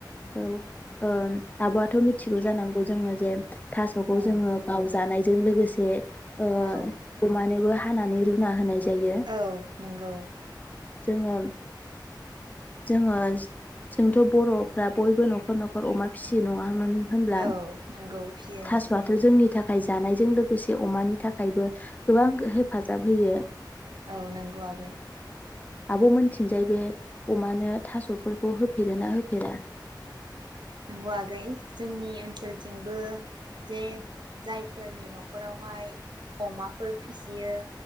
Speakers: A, on the left (about 20°); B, on the right (about 70°).
A: औ ओ आब'आथ' मिथिगौ जानांगौ जोनि जों थास'खौ
B: औ
A: जोङो गाव जानाय लोगोसे ओ
B: औ
A: अमानोबो हा हानानै रुना होनाय जायो
B: औ। नंगौ।
A: जोङो जोङो जोंथ' बर'फ्रा बयबो न'खर न'खर अमा फिसियो नङा होन होनब्ला?
B: औ नंगौ फियो
A: थास'आथ' जोंनि थाखाय थाखाय जानायजों लोगोसे अमानि थाखायबो गोबां हेफाजाब होयो।
B: औ नंगौ आगै।
A: आब' मोन्निथिंजाय बे अमानो थास'फोरखौ होफेरोना होफेरा?
B: नंगौ आगै जोंनि ओनसोलथिंबो जे जायफोरनि न'खरावहाय अमाफोर फिसियो